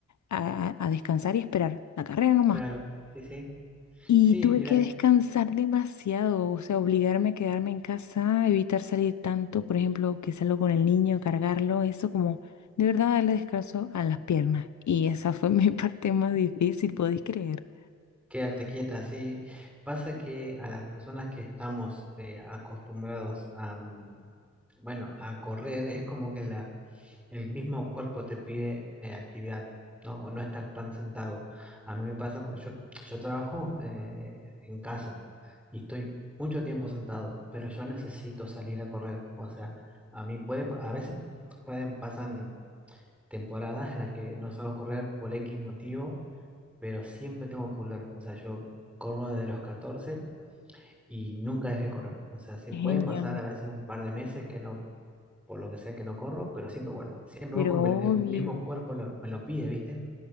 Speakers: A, on the left (about 75°); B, in the centre.
A: a, a- a descansar y esperar la carrera nomás.
B: claro, sí, sí.
A: Y
B: Sí,
A: tuve
B: mira,
A: que descansar demasiado, o sea, obligarme a quedarme en casa, evitar salir tanto, por ejemplo, que salgo con el niño, cargarlo, eso como de verdad darle descanso a las piernas. Y esa fue mi <laughs> parte más difícil, podéis creer.
B: quedarte quieta, sí. Pasa que a las personas que estamos eh, acostumbrados a, mm, bueno, a correr, es como que la, el mismo cuerpo te pide eh, actividad, ¿no? O no estar tan sentado. A mí me pasa porque yo, yo trabajo eh, en casa y estoy mucho tiempo sentado, pero yo necesito salir a correr. O sea, a mí puede, pa- a veces pueden, pasan temporadas en las que no salgo a correr por X motivo, pero siempre tengo que volver. O sea, yo corro desde los 14 y nunca dejé de correr. O sea, sí
A: Genio,
B: pueden pasar a veces un par de meses que no por lo que sea que no corro, pero siempre vuelvo. Siempre
A: pero
B: vuelvo porque me
A: obvio,
B: lo- el mismo cuerpo lo- me lo pide, ¿viste?